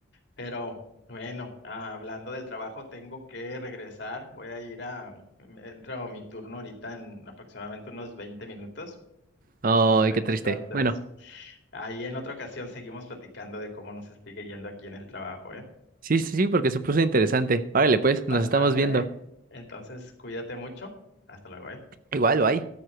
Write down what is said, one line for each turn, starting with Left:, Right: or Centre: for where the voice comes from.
Left: Pero bueno, ah, hablando del trabajo, tengo que regresar. Voy a ir a, mm, entro a mi turno ahorita en aproximadamente unos 20 minutos.
Right: Ay,
Left: Entonces,
Right: qué triste. Bueno.
Left: ahí en otra ocasión seguimos platicando de cómo nos sigue yendo aquí en el trabajo, ¿eh?
Right: Sí, sí, sí, porque se puso interesante. Órale, pues,
Left: Bastante,
Right: nos estamos viendo.
Left: ¿eh? Entonces, cuídate mucho. Hasta luego, ¿eh?
Right: Igual, bye.